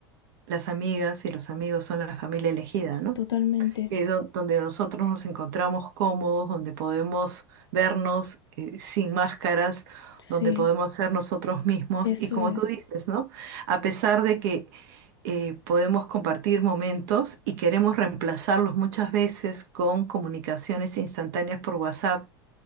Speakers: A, on the right (about 60°); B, on the left (about 80°).
A: las amigas y los amigos son la familia elegida, ¿no?
B: totalmente,
A: que es do- donde nosotros nos encontramos cómodos, donde podemos vernos eh, sin máscaras,
B: sí,
A: donde podemos ser nosotros mismos
B: eso
A: y como
B: es.
A: tú dices, ¿no? A pesar de que eh, podemos compartir momentos y queremos reemplazarlos muchas veces con comunicaciones instantáneas por WhatsApp,